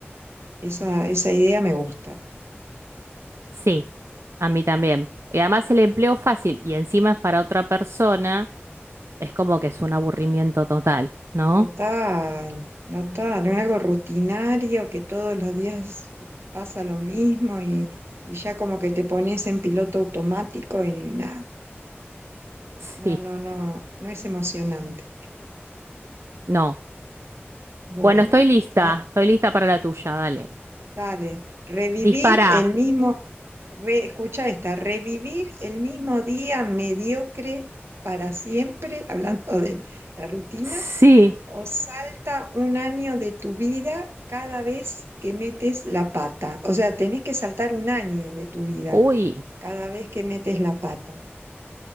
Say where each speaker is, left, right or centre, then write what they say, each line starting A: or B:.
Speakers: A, on the right (about 70°); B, on the right (about 80°).
A: Esa, esa idea me gusta.
B: Sí, a mí también. Y además el empleo fácil y encima es para otra persona, es como que es un aburrimiento total, ¿no?
A: Total,
B: <laughs>
A: total, es algo rutinario que todos los días pasa lo mismo y, y ya como que te pones en piloto automático y nada,
B: Sí,
A: no, no, no, no es emocionante.
B: no.
A: Bueno,
B: Bueno, estoy lista,
A: ah,
B: estoy lista para la tuya, dale.
A: dale, revivir
B: Dispara.
A: el mismo, re- escucha esta, revivir el mismo día mediocre para siempre, hablando de la rutina,
B: Sí.
A: o salta un año de tu vida cada vez que metes la pata. O sea, tenés que saltar un año de tu vida
B: Uy,
A: cada vez que metes la pata.